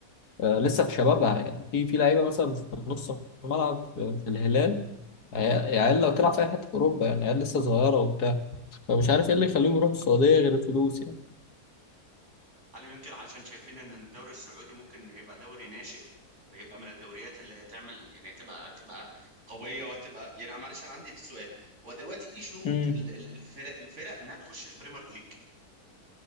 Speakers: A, on the left; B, on the right.
A: آه، لسه في شبابها يعني في في لعيبه مثلا في نص الملعب في في الهلال عيال عيال لو تلعب في اي حته في اوروبا يعني عيال لسه صغيره وبتاع فمش عارف ايه اللي يخليهم يروحوا السعوديه غير الفلوس يعني
B: هل يمكن عشان شايفين ان الدوري السعودي ممكن يبقى دوري ناشئ ويبقى من الدوريات اللي هتعمل يعني هتبقى هتبقى قويه وهتبقى يعني معلش انا عندي ليك سؤال هو دلوقتي ايه شروط
A: امم
B: ال- ال- الفرق الفرق انها تخش البريمير ليج